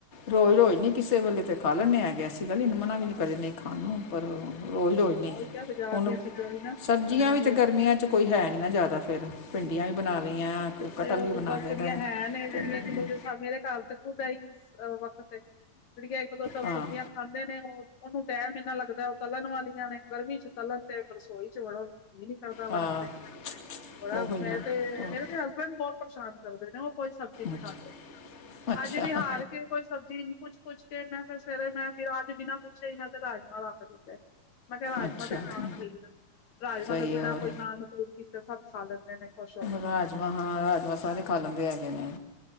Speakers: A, on the left; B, on the left.
A: ਰੋਜ਼- ਰੋਜ਼ ਨੀ ਕਿਸੇ ਵੇਲੇ ਤੇ ਖਾ ਲੈਦੇ ਹੈਗੇ ਆ ਅਸੀ ਵੀ। ਐਸੀ ਗੱਲ ਨੀ ਮਨਾ ਵੀ
B: ਹਾਂ
A: ਨੀ ਕਰੀਦੀ ਨਹੀਂ ਖਾਣ ਨੂੰ ਪਰ ਰੋਜ਼-ਰੋਜ਼ ਨੀ,
B: ਉਹੀ ਤਾਂ ਬਾਜ਼ਾਰ
A: ਹੁਣ,
B: ਦੀਆਂ ਚੀਜ਼ਾਂ ਵੀ ਨਾ ਚੰਗੀਆਂ
A: ਸਬਜ਼ੀਆਂ ਵੀ
B: ਨੀ
A: ਚ ਤੇ
B: ਲੱਗਦੀਆਂ
A: ਗਰਮੀਆਂ ਚ ਕੋਈ ਹੈ ਨਹੀਂ ਨਾ ਜ਼ਿਆਦਾ ਫਿਰ, ਭਿੰਡੀਆਂ ਵੀ ਬਣਾ ਲਈਆਂ। ਕ- ਕਟਹਲ ਵੀ
B: ਉਹ
A: ਬਣਾ
B: ਬਚੜੀਆਂ
A: ਲਿਆਦਾ
B: ਹੈ ਨੀ
A: ਤੇ
B: ਜਿਹੜੀਆਂ
A: ਮਤਲਬ,
B: ਇੱਕ- ਦੂਜੇ ਸਮੇਂ ਦੇ ਘਰ ਤ ਖੁਦਾ ਏਹੀ ਵਖਤ <unintelligible> ਜਿਹੜੀਆਂ ਇੱਕ-ਦੋ ਚੱਲ
A: ਹਾਂ
B: ਸਬਜ਼ੀਆਂ ਖਾਂਦੇ ਨੇ ਉਹ ਉਹਨੂੰ ਟਾਇਮ ਇੰਨਾ ਲੱਗਦਾ ਉਹ ਤਲਣ ਵਾਲੀਆਂ ਨੇ ਗਰਮੀ ਚ ਤਲਣ ਤੇ ਰਸੋਈ ਚ ਵੜਨ ਦੀ ਜੀਅ ਨੀ ਕਰਦਾ ਵੜਨ
A: ਹਾਂ
B: ਤੇ, ਬੜਾ
A: ਉਹ ਹੀ
B: ਮੇ
A: ਨਾ
B: ਤੇ
A: ਹੋਰ
B: ਮੇਰੇ ਤੇ ਹਸ ਮੈਨੂੰ ਬਹੁਤ ਪਰੇਸ਼ਾਨ ਕਰਦੇ ਨੇ ਉਹ ਕੋਈ ਸਬਜ਼ੀ ਨਹੀਂ
A: ਅੱਛਾ
B: ਖਾਂਦੇ, ਅੱਜ ਵੀ
A: ਅੱਛਾ
B: ਹਾਰ ਕੇ। ਕੋਈ ਸਬਜ਼ੀ ਨਹੀਂ, ਪੁੱਛ - ਪੁੱਛ ਕੇ ਮੈਂ ਫਿਰ ਸਵੇਰੇ, ਮੈਂ ਵੀ ਰਾਜ ਬਿਨਾਂ ਪੁੱਛਿਆ ਹੀ ਮੈਂ ਤੇ ਰਾਜਮਾਂ ਰੱਖ ਦਿੱਤੇ। ਮੈਂ ਕਿਹਾ, ਰਾਜਮਾਂ
A: ਅੱਛਾ
B: ਤੇ ਖਾਣਗੇ
A: ਜੀ,
B: ਹੀ ਨਾ, ਰਾਜਮਾਂ
A: ਸਹੀ
B: ਤੋਂ ਬਿਨਾਂ
A: ਹੈ ਹੋਰ
B: ਕੋਈ ਨਾ ਨਕੂਰ। ਸਭ ਖਾ ਲੈਂਦੇ ਨੇ। ਖੁਸ਼ ਹੋ ਕੇ
A: ਰਾਜਮਾਂ, ਹਾਂ, ਰਾਜਮਾਂ ਸਾਰੇ
B: ਹਾਂ
A: ਖਾ ਲੈਂਦੇ ਹੈਗੇ ਨੇ।